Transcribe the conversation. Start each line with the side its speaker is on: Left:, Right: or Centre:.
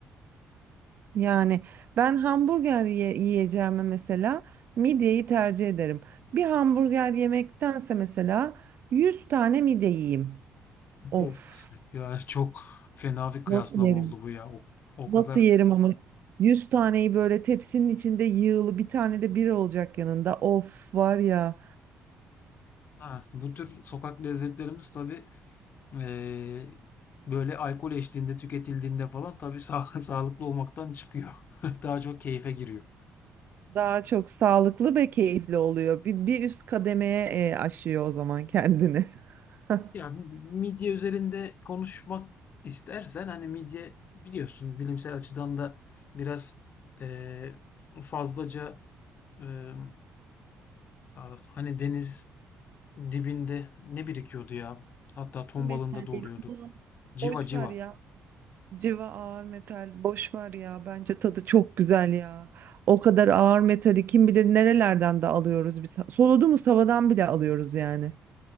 Right: Yani ben hamburger ye- yiyeceğime mesela midyeyi tercih ederim. Bir hamburger yemektense mesela 100 tane midye yiyeyim. Of
Left: Of. Ya çok fena bir kıyaslama
Right: nasıl yerim?
Left: oldu bu ya. O, o
Right: Nasıl
Left: kadar.
Right: yerim ama 100 taneyi böyle tepsinin içinde yığılı bir tane de biri olacak yanında. Of var ya.
Left: Ha, bu tür sokak lezzetlerimiz tabii ee, böyle alkol eşliğinde tüketildiğinde falan tabii sağ- <laughs> sağlıklı olmaktan çıkıyor. <laughs> Daha çok keyfe giriyor.
Right: Daha çok sağlıklı ve keyifli oluyor. Bir, bir üst kademeye e, aşıyor o zaman kendini. <laughs>
Left: Ya bu midye üzerinde konuşmak istersen hani midye biliyorsun bilimsel açıdan da biraz eee, fazlaca eee, ah, hani deniz dibinde ne birikiyordu ya hatta ton
Right: Metal
Left: balığında da oluyordu.
Right: ya.
Left: Civa
Right: Boş
Left: civa.
Right: ver ya. Civa ağır metal boş ver ya. Bence tadı çok güzel ya. O kadar ağır metali kim bilir nerelerden de alıyoruz biz. Soluduğumuz havadan bile alıyoruz yani.